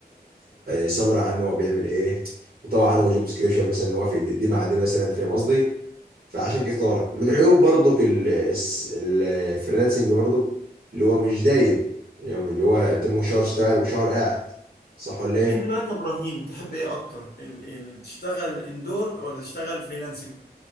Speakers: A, on the right; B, on the left.
A: سمر عن هو بيعمل ايه وطبعا هو جوب ديسكريبشن مثلا وافق دي دي مع دي مثلا فاهم قصدي فعشان كده اختارك من عيوب برضه الفريلانسنج برضه اللي هو مش دايم يعني اللي هو انت ممكن شهر تشتغل وشهر قاعد صح ولا ايه؟
B: انت بقى كابراهيم تحب ايه اكتر ال ال تشتغل اندور ولا تشتغل فريلانسنج